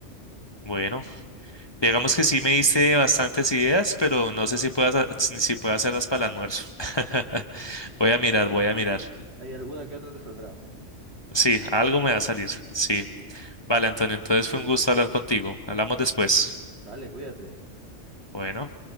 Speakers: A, on the left; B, on the right.
A: bueno, digamos que sí me diste bastantes ideas, pero no sé si puedas, ha- si si puedo hacerlas para el almuerzo. <laughs> Voy a mirar, voy a mirar.
B: ¿Hay alguna que otra te saldrá?
A: Sí, algo me va a salir. Sí. Vale, Antonio, entonces fue un gusto hablar contigo. Hablamos después.
B: Dale, cuídate.
A: Bueno.